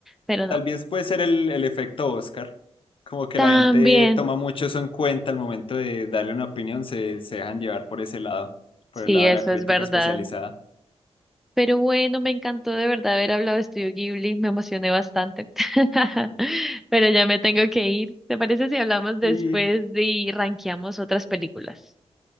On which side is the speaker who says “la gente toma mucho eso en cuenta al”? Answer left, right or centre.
Left